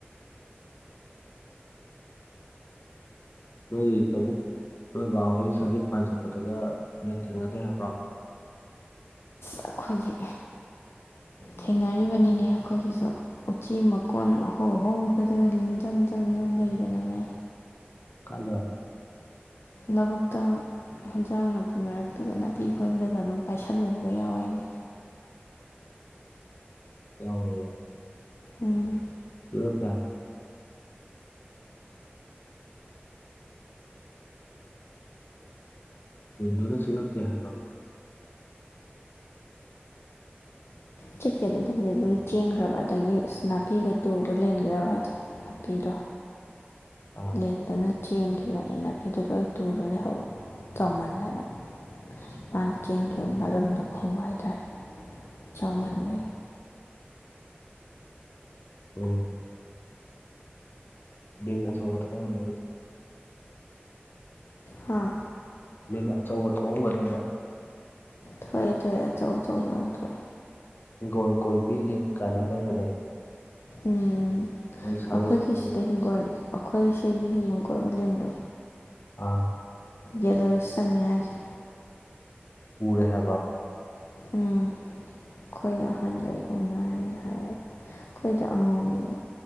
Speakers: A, on the left; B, on the left.
A: ꯂ ꯥꯎ ꯁꯥꯖ ꯄ ꯍ ꯑꯗꯨꯗꯒ ꯂꯦꯟ ꯊꯦꯡꯅꯗꯦ ꯍꯥꯏꯕ꯭ꯔꯣ
B: ꯑꯩꯈꯣꯏꯒꯤ ꯊꯦꯡꯅꯔꯤꯕꯅꯤꯅꯦ ꯑꯩꯈꯣꯏꯒꯤꯁꯨ ꯎꯆꯤ ꯃꯀꯣꯟ ꯑꯍꯣꯡ ꯑꯍꯣꯡꯕꯈꯩꯗꯨꯗ ꯂꯤꯟꯖꯪ ꯆꯪꯅ ꯀꯩꯗꯅꯅꯦ
A: ꯀꯥꯖꯅ
B: ꯂꯧꯕꯨꯣꯛꯛꯇ ꯏꯟꯖꯥꯡ ꯅꯥꯄꯤ ꯃꯔꯛꯇꯨꯒ ꯅꯥꯄꯤ ꯈꯣꯏꯕꯗꯒ ꯑꯗꯨꯝ ꯄꯥꯏꯁꯜꯂꯨꯕꯒ ꯌꯥꯎꯋꯦ ꯍꯥꯏꯁ
A: ꯌꯥꯋ
B: ꯎꯝ
A: ꯁꯤꯔ ꯀꯌꯥ꯭ꯔ ꯍꯤꯟꯗꯨꯅ ꯆꯅꯠꯇ ꯍꯥꯏ꯭ꯔ
B: ꯆꯤꯛꯀꯦꯗ ꯑꯗꯨꯕꯨꯗꯤ ꯑꯗꯨꯝ ꯆꯦꯟꯈ꯭ꯔꯕ ꯑꯗꯒꯤ ꯑꯁ ꯅꯥꯄꯤꯒ ꯇꯨꯕ ꯂꯦꯟꯒꯦꯕ ꯍꯥꯏꯁꯦ ꯍꯥꯞꯄꯤꯔꯣ
A: ꯑꯥ
B: ꯂꯦꯟꯗꯅ ꯆꯦꯟꯈꯤꯕꯗꯅ ꯅꯥꯄꯤꯗꯣ ꯂꯣꯏ ꯇꯨꯔ ꯂꯩꯍꯧꯕ ꯆꯥꯎꯧꯃꯟꯗꯅ ꯃꯥꯅ ꯆꯦꯟꯈꯤꯕ ꯃꯔꯝꯗꯣ ꯈꯣꯡꯕ ꯍꯥꯏꯇꯥꯔꯦ ꯆꯥꯎꯃꯟꯕꯒꯤ
A: ꯑꯣ ꯂꯩ ꯉꯁꯨ ꯑꯣ ꯊꯅꯤ
B: ꯍꯥꯥ
A: ꯂꯅ ꯑꯆꯧꯕ ꯊꯣꯛꯑꯝꯒꯅꯦꯕ
B: ꯊꯣꯏ ꯊꯣꯏ ꯑ ꯆꯧ ꯆꯧ ꯋꯥ ꯊꯣꯏ
A: ꯍꯤꯡꯒꯣꯜ ꯀꯣꯏꯕꯤ ꯂꯤꯟ ꯀꯥꯏꯅ ꯂꯩꯕꯅꯦ
B: ꯎꯝ
A: ꯃꯣꯏ ꯁꯥꯒꯩ
B: ꯑꯩꯈꯣꯏꯒꯤ
A: ꯁꯥꯒꯩꯗꯣ
B: ꯁꯤꯗ ꯍꯤꯡꯒꯣꯜꯅꯤ ꯑꯩꯈꯣꯏ ꯁꯤꯒꯤ ꯍꯤꯡꯐꯝꯝ ꯀꯣꯏꯕ ꯂꯤꯟꯗꯣ
A: ꯑꯥ
B: ꯌꯦꯜꯂꯣꯏ ꯆꯪꯉꯦ ꯍꯥꯏꯁꯦ
A: ꯎꯔꯦ ꯍꯥꯏꯕ
B: ꯎꯝ ꯑꯩꯈꯣꯏ ꯑꯍꯟꯒꯩ ꯎꯅꯔꯦꯅ ꯍꯥꯏꯌꯦꯕ ꯑꯩꯈꯣꯏꯗ ꯑꯉꯣꯝꯅꯤꯅꯣ